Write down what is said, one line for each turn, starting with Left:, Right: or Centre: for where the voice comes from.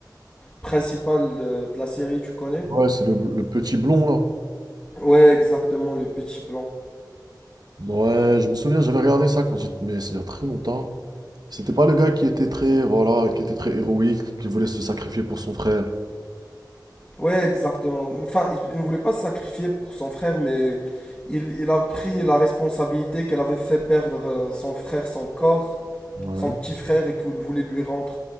Left: principal de de la série. Tu connais?
Right: Ouais, c'est le, le petit blond là.
Left: Ouais, exactement, le petit blanc.
Right: Ouais, je me souviens, j'avais regardé ça quand j'étais, mais c'est il y a très longtemps. C'était pas le gars qui était très, voilà, qui était très héroïque, qui voulait se sacrifier pour son frère.
Left: Ouais, exactement. Enfin, il, il ne voulait pas se sacrifier pour son frère, mais il, il a pris la responsabilité qu'elle avait fait perdre euh, son frère, son corps,
Right: Ouais.
Left: son petit frère, et qu'il voulait lui rendre.